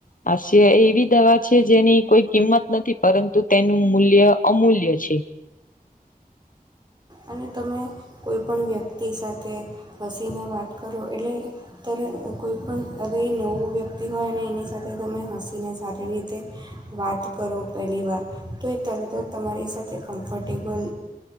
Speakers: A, on the left; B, on the right.
A: હાસ્ય એવી દવા છે જેની કોઈ કિંમત નથી પરંતુ તેનું મૂલ્ય અમૂલ્ય છે
B: અને તમે કોઈ પણણ વ્યક્તિ સાથે હસીને વાત કરો એટલે ત્યારે કોઈ પણણ હવે નવું વ્યક્તિ હોય એની સાથે તમે હસીને સારી રીતે વાત કરો પહેલી વાર તો એ તરત જ તમારી સાથે કમ્ફર્ટેબલ